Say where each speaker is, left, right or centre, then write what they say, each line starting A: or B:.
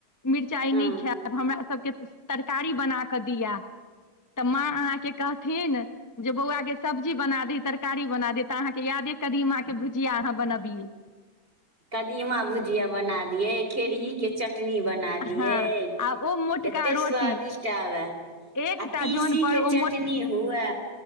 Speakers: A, on the left; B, on the right.
A: मिरचाइ
B: हँ
A: नहि खायब हमरासभके तरकारी बना कऽ दिअ तऽ माँ अहाँके कहथिन जे बौआके सब्जी बना दिहए तरकारी बना दिहै तऽ अहाँके याद यैजे कदीमा अहाँ भुजिया अहाँ बनबियै
B: कदीमा भुजिया बना दियै खेरहीके चट चटनी बना दिये
A: हँ आ ओ मोटका
B: कते
A: रोटी
B: स्वादिष्ट आबे
A: एकटा
B: आ तीसी
A: जन पर
B: के
A: ओ
B: चटनी
A: मोट
B: हुए